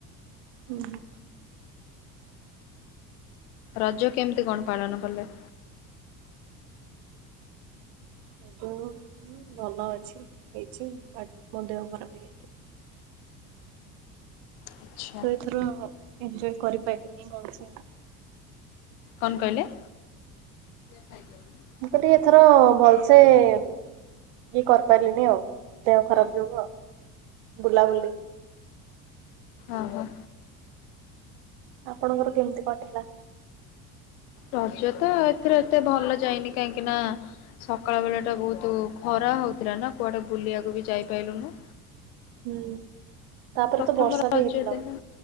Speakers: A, on the right; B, on the left.
A: ଉଁହୁଁ।
B: ରଜ କେମିତି କଣ ପାଳନ କଲେ?
A: ରଜ ଭଲ ଅଛି ହେଇଛି <inaudible> ମୋ ଦେହ ଖରାପ ହେଇ
B: ଆଚ୍ଛା।
A: ତ ଏଥର ଏଞ୍ଜୟ କରିପାରିଲିନି ଭଲସେ।
B: କଣ କହିଲେ? ଖାଇକି ଆଇଲୁନି
A: ମୁଗ ଟି ଏଥର ଭଲସେ ଉଁ ଇଏ କରିପାରିଲିନି ଆଉ ଦେହ ଖରାପ ଯୋଗୁ ଆଉ ବୁଲାବୁଲି
B: ଓହୋ।
A: ଆପଣଙ୍କର କେମିତି କଟିଲା?
B: ରଜ ତ ଏଥର ଏତେ ଭଲ ଯାଇନି କାହିଁକି ନା। ସକାଳ ବେଳାଟା ବହୁତୁ ଖରା ହଉଥିଲା ନା କୁଆଡେ ବୁଲିବାକୁ ବି ଯାଇପାଇଲୁନୁ।
A: ହୁଁ ତାପରେ
B: ପ୍ରଥମ
A: ତ ବର୍ଷା
B: ରଜ
A: ବି ହେଇଥିଲା
B: ଦିନ
A: ବୋଧେ